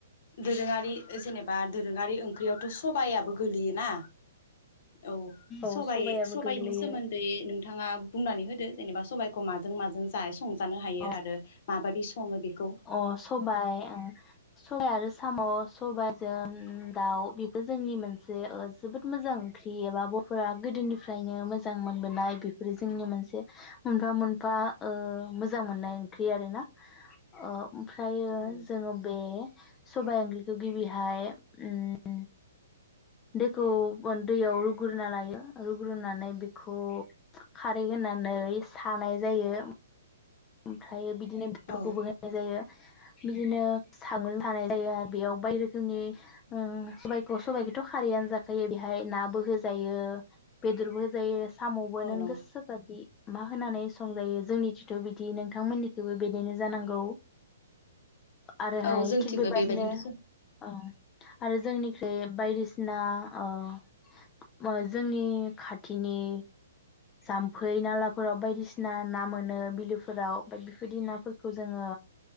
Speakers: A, on the left; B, on the left.
A: दोरोङारि जेनेबा दोरोङारि ओंख्रियावथ' सबायाबो गोलैयोना। औ
B: औ
A: सबाय
B: सबायाबो
A: सबायनि
B: गोग्लैयो
A: सोमोन्दै नोंथाङा बुंनानै होदो जेनेबा सबाइखौ माजों माजों जा संजानो हायो
B: औ
A: आरो माबायदि सङो बेखौ।
B: अ सबाय ओं सबाय आरो साम' सबायजों दाउ बेफोर जोंनि मोनसे ओ जोबोद मोजां ओंख्रि एबा बर'फोरा गोदोनिफ्रायनो मोजां मोनबोनाय बेफोरो जोंनि मोनसे मोनफा मोनफा ओ मोजां मोननाय ओंख्रि आरो ना। ओ ओमफ्रायो
A: औ
B: जोङो बे सबायाय ओंख्रिखौ गिबिहाय उम दैखौ दैयाव रुग्रोनना लायो। रुग्रोनानै बेखौ खारै होनानै सानाय जायो। ओमफ्राय बिदि बिदिनो बेरखौबो
A: औ
B: होनाय जायो। बिदिनो सागं सानाय जायो आरो बेयाव बाय रोखोमनि ओ सबायखौ सबाइखौथ' खारेयावनो जाखायो बेहाय नाबो होजायो बेदरबो होजायो। साम'बो
A: औ
B: नों
A: नंगौ
B: गोसोबादि मा होनानै संजायो जोंनिथिथ' बि दि नोंथांमोननिखौबो बेदिनो जानांगौ। आरोहाय
A: औ जोंथिंबो
B: थिग बेबादिनो
A: बेबायदिनो सङो
B: ओ आरो जोंनिख्रुइ बायदिसिना ओ जोंनि खाथिनि जाम्फै नालाफोराव बायदिसिना ना मोनो बिलोफोराव बाद बेफोरदि नाफोरखौ जोङो